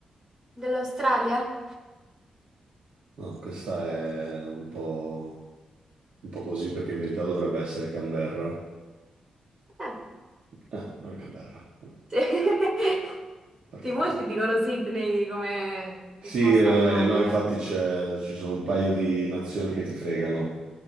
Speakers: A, on the right (about 25°); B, on the right (about 65°).
A: dell'Australia?
B: No, questa è un po', un po' così perché in verità dovrebbe essere Canberra.
A: Eh,
B: Ah, non è Canberra. Uh,
A: sì. <laughs>
B: perfetto.
A: Sì, molti dicono Sydney come
B: Sì,
A: risposta
B: eh,
A: automatica.
B: no, infatti c'è- ci sono un paio di nazioni che ti fregano.